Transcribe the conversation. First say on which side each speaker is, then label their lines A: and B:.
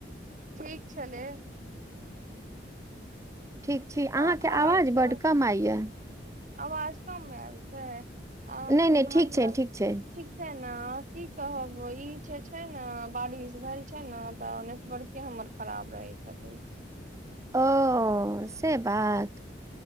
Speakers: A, on the right; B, on the right.
A: ठीक छलै
B: ठीक छी अहाँकेँ
A: आ आओर
B: आवाज
A: सब
B: बड्ड कम आइ य
A: आवाज कम आयल छै आहाँकेँ
B: नहि नहि
A: <unintelligible>
B: ठीक छै ठीक छै
A: ठीक छै ने अहाँ की कहब ई जे छै नऽ बारिश भेल छै नऽ तऽ नेटवर्के हमर खराब रहै छथिन
B: ओ से बात